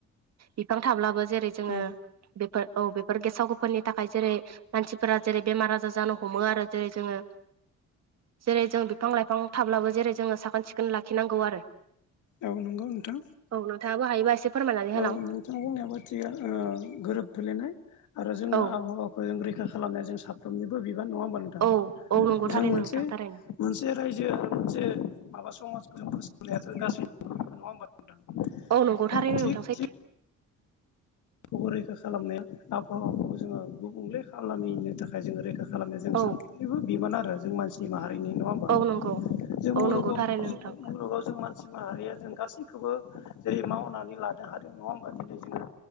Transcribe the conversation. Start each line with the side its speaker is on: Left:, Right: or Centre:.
Right: बिफां थाब्लाबो जेरै जोङो
Left: औ
Right: बेफोर औ बे गेसाव गोफनि थाखाय जेरै मानसिफोरा जेरै बेमार आजार जानो हमो आरो जेरै जोङो जेरै जों बिफां लाइफां थाब्लाबो जेरै जोङो साखोन सिखोन लाखिनांगौ आरो।
Left: औ नंगौ नोंथां।
Right: औ नोंथाङाबो हायोबा एसे फोरमायनानै होलां
Left: औ नोंथां बुंनायाबो थिग ओ गोरोबफ्लेनाय। आरो जोङो
Right: औ
Left: आबहावाखौ जों रैखा खालामनाया जों साफ्रोमनिबो बि- बान नङा होमबा नोंथां
Right: औ औ नंगौ थारैनो
Left: जों मोनसे
Right: नोंथां थारैनो
Left: मोनसे रायजो ओ मोनसे माबा समाजखौ फोसाबनायाथ' गाज्रि नङा नङा होनबा नोंथां
Right: नंगौ
Left: औ
Right: थारैनो
Left: थिग
Right: नोंथां सैथो
Left: थिग खोबो रैखा खालामनाया आबहावाखौबो जोङो गुबुंले खालामिनो थाखाय जोङो रैखा खालामनाया जों
Right: औ
Left: साफ्रोमबोनिबो बिबान आरो जों मानसि माहारि नङा होमबा
Right: औ नंगौ
Left: जों
Right: औ
Left: मुुलुगाव
Right: नंगौ थारैनो
Left: जों
Right: नोंथां
Left: मुलुगाव जों मानसि माहारिया जों गासैखौबो जेरै मावनानै लानो हादों नङा होमबा दिनै जोङो